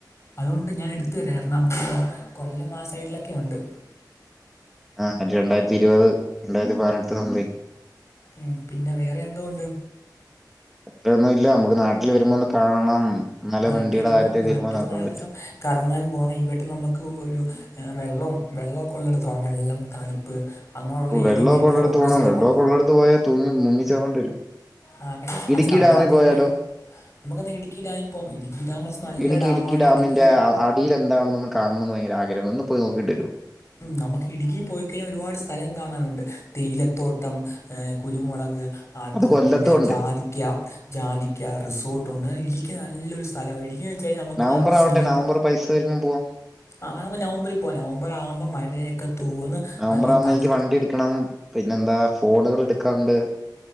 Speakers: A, on the left; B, in the centre.
A: അതുകൊണ്ട് ഞാൻ എടുത്തു തരാ <inaudible> കൊല്ലം ആ സൈഡിലൊക്കെ ഉണ്ട്
B: ആ രണ്ടായിരത്തി ഇരുപത് രണ്ടായിരത്തി പതിനെട്ട് സംതിങ്
A: ഉം പിന്നെ വേറെ എന്തോണ്ട്
B: അത്രൊന്നും ഇല്ല നമ്മുക്ക് നാട്ടിൽ വരുമ്പോ ഒന്ന് കാണണം എന്നാലേ
A: നാട്ടി
B: വണ്ടിയുടെ
A: വരുമ്പം
B: കാര്യത്തിൽ
A: നാട്ടിൽ
B: തീരുമാനമാക്കാൻ
A: നാലു
B: പറ്റും
A: ദിവസം കറങ്ങാൻ പോണം ഇവിടെ നമുക്ക് ഒരു വെള്ളവും വെള്ളൊക്കെ ഉള്ളെട്ത്തു പോവാ വെള്ളം തണുപ്പ് അങ്ങനെയുള്ള
B: വെള്ളൊക്കെ
A: ഏരിയ മെയിനായിട്ട്
B: ഉള്ളടുത്ത്
A: ഫോക്കസ്
B: പോണം
A: ചെയ്ത്
B: വെള്ളൊക്കെ
A: പോകണം
B: ഉള്ളടുത്ത് പോയാല് തൂങ്ങി മുങ്ങി ചാവേണ്ടി വരും
A: ആ പക്ഷെ പക്ഷെ
B: ഇടുക്കി
A: നമ്മളധികം
B: ഡാമിൽ പോയാലോ
A: വെ നമുക്കെന്നാ ഇടുക്കി ഡായിൽ പോവാം ഇടുക്കി ഡാം പക്ഷെ നല്ല
B: എനിക്ക്
A: ഡാമാണ്
B: ഡാമിന്റെ
A: ഇടുക്കി
B: അ- അടിയിൽ എന്താണെന്നൊന്ന് കാണണമെന്ന് ഭയങ്കര ആഗ്രഹം ഒന്ന് പോയി നോക്കിട്ട് വരുവോ
A: ഉം നമുക്ക് ഇടുക്കി പോയിക്കഴിഞ്ഞാൽ ഒരുപാട് സ്ഥലം കാണാനുണ്ട് തേയിലത്തോട്ടം ഏ കുരുമുളക് അത്
B: കൊല്ലത്തും
A: പിന്നെ
B: ഉണ്ട്
A: ജാതിക്ക ജാതിക്ക റിസോർട്ടുണ്ട് ഇടുക്കി നല്ലൊരു സ്ഥലമാണ് ഇടുക്കിയെന്ന് വെച്ച് കഴിഞ്ഞാൽ നമുക്ക്
B: നവംബർ
A: നല്ലൊരു
B: ആവട്ടെ
A: സീൻ
B: നവംബർ പൈസ വരുമ്പോ പോവാം
A: ആ നവംബറിൽ പോവാ നവംബർ ആവുമ്പോ മഴയൊക്കെ തോർന്ന്
B: നവംബറാകുമ്പോ
A: നല്ല തണു
B: എനിക്ക് വണ്ടി എടുക്കണം. പിന്നെന്താ ഫോണുകള് എടുക്കാണ്ട്